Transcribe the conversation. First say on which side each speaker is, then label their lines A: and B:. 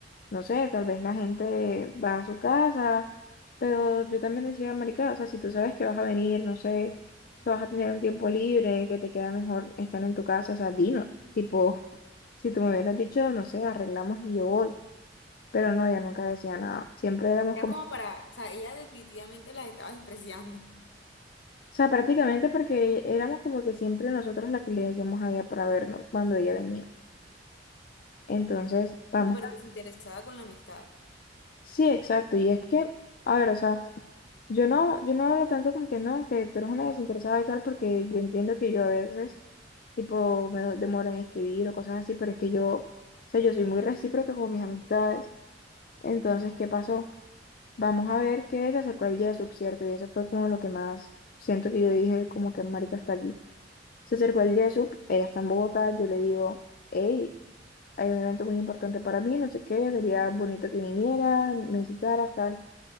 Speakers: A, on the left; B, on the left.
A: no sé, tal vez la gente va a su casa, pero yo también decía, marica, o sea, si tú sabes que vas a venir, no sé, que vas a tener un tiempo libre, que te queda mejor estar en tu casa, o sea, dino, tipo, <laughs> si tú me hubieras dicho, no sé, arreglamos y yo voy, pero no, ella nunca decía nada, siempre éramos
B: Ya
A: como,
B: como
A: o
B: para, o sea, ella definitivamente las estaba <laughs> despreciando,
A: sea, prácticamente porque éramos como que siempre nosotras las que le decíamos a ella para vernos cuando ella venía. Entonces, vamos.
B: súper desinteresada con la amistad.
A: Sí, exacto. Y es que, a ver, o sea, Yo no, yo no hablo tanto como que no, que tú eres una desinteresada y tal, porque yo entiendo que yo a veces, tipo, me do- demoro en escribir o cosas así, pero es que yo, o sea, yo soy muy recíproca con mis amistades. Entonces, ¿qué pasó? Vamos a ver qué se acercó el día de sub, ¿cierto? Y eso fue como lo que más siento que yo dije, como que marica está aquí. Se acercó el día de sub, ella está en Bogotá, yo le digo, hey, hay un evento muy importante para mí, no sé qué, sería bonito que vinieras, me visitaras, tal.